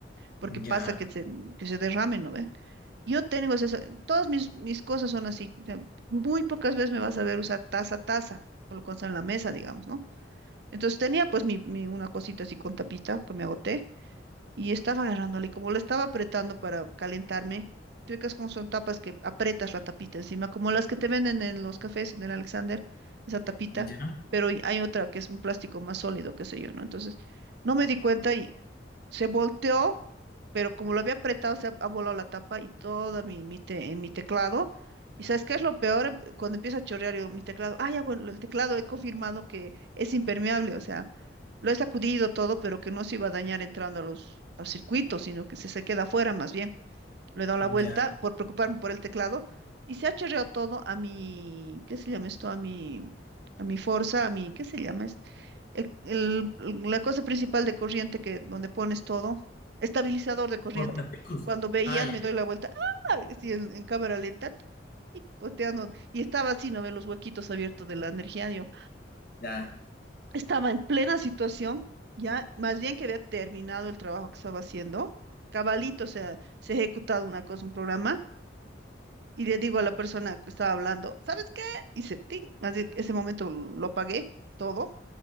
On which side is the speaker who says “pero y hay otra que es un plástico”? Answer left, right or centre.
Right